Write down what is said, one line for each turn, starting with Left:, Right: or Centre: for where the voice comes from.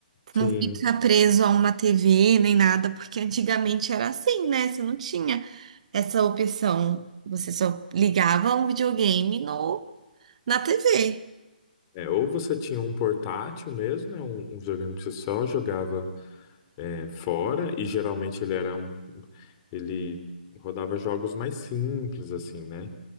Left: Sim.
Right: Não fica preso a uma TV nem nada, porque antigamente era assim, né? Você não tinha essa opção. Você só ligava um videogame no na TV.
Left: É, ou você tinha um portátil mesmo, né? Um, um videogame que você só jogava é, fora, e geralmente ele era um, ele rodava jogos mais simples, assim, né?